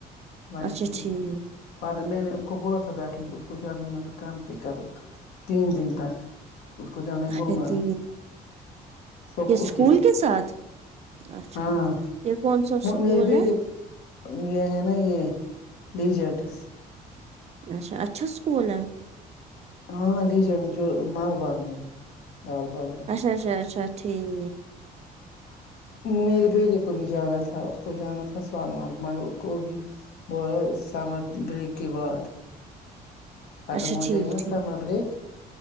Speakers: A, on the left; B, on the right.
A: نائنٹی
B: اچھا
A: کیو
B: ٹھیک
A: بعد میں میں نے اس کو بولا تھا بیٹھے تو پ جاب ہمارا کام پک اپ تین دن تک اس کو جانے
B: اچھا
A: گول مار
B: تین
A: اسکول
B: یہ اسکول کے ساتھ اچھا
A: ہاں
B: یہ کون سا اسکول
A: میرے بیٹے
B: ہے
A: یہ ہے نا یہ لیجے ایڈریس
B: اچھا اچھا سکول ہے
A: ہاں لیجنڈ جو مال باغ میں ہے لال باغ
B: اچھا اچھا اچھا ٹھیک
A: میرے بیٹے کو بھی جانا تھا اس کو جانا تھا سون مارگ مگر اس کو بھی بول سمر بریک کے بعد ختم
B: اچھا
A: ہوجائیں
B: ٹھیک
A: گے نا
B: ٹھیک
A: سمر بریک